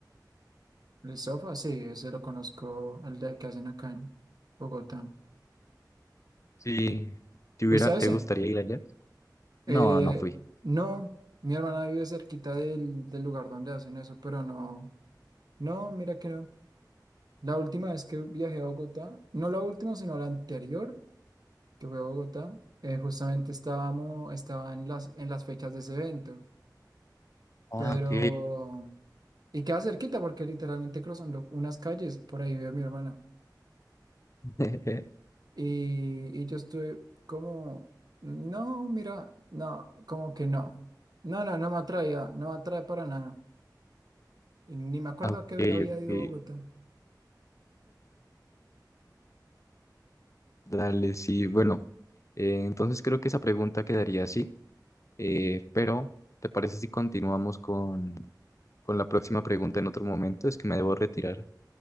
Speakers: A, on the right; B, on the left.
A: El sofá, sí, ese lo conozco, el de que hacen acá en Bogotá.
B: Sí, ¿te
A: Pues
B: hubiera,
A: a ese.
B: te gustaría ir allá?
A: Eh,
B: No, no fui.
A: no, mi hermana vive cerquita del, del lugar donde hacen eso, pero no. No, mira que no. La última vez que viajé a Bogotá, no la última, sino la anterior. que fue a Bogotá, eh, justamente estábamos, estaba en las, en las fechas de ese evento,
B: Ah,
A: pero...
B: ok.
A: Y queda cerquita porque literalmente cruzando unas calles, por ahí vive mi hermana.
B: <laughs>
A: Y, y yo estuve como, no, mira, no, como que no. No, no, no me atraía, no me atrae para nada. Y ni me acuerdo
B: Ah, Ok,
A: que había
B: ok,
A: ido a Bogotá.
B: dale, sí. Bueno, eh, entonces creo que esa pregunta quedaría así, eh, pero ¿te parece si continuamos con, con la próxima pregunta en otro momento? Es que me debo retirar.